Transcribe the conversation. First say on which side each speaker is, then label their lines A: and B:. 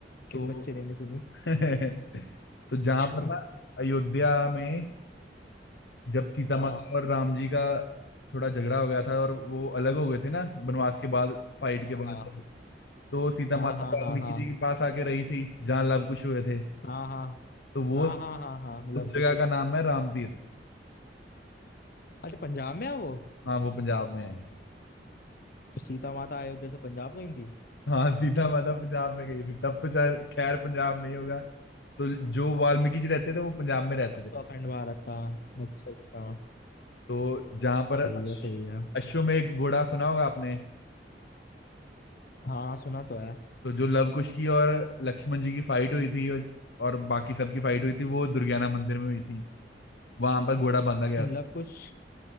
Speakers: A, on the left; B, on the left.
A: किस
B: तो
A: बच्चे ने नहीं सुनी
B: <laughs> तो जहां
A: <laughs>
B: पर ना अयोध्या में जब सीता
A: हाँ
B: माता और राम जी का थोड़ा झगड़ा हो गया था और वो अलग हो गए थे ना वनवास के बाद फाइट
A: हाँ
B: के बाद तो सीता
A: हाँ
B: माता
A: हाँ
B: वाल्मीकि
A: हाँ
B: जी के पास आके रही थी जहाँ लव कुश हुए थे
A: हाँ हाँ
B: तो वो
A: हाँ
B: उस
A: हाँ हाँ हाँ हाँ मतलब
B: जगह
A: कुछ
B: का नाम है रामतीर्थ
A: अच्छा पंजाब में है वो
B: हाँ वो पंजाब में है
A: तो सीता माता अयोध्या से पंजाब गई थी
B: हाँ सीता माता पंजाब में गई थी तब तो चाहे खैर पंजाब नहीं होगा तो जो वाल्मीकि जी रहते थे वो पंजाब में रहते
A: तब
B: थे
A: तो अखंड भारत था अच्छा अच्छा
B: तो जहां पर
A: सही
B: अश्व
A: है सही है
B: अश्वमेध घोड़ा सुना होगा आपने
A: हाँ सुना तो है
B: तो जो लवकुश की और लक्ष्मण जी की फाइट हुई थी और, और बाकी सबकी फाइट हुई थी वो दुर्गियाना मंदिर में हुई थी वहां पर घोड़ा बांधा गया था
A: लव कुश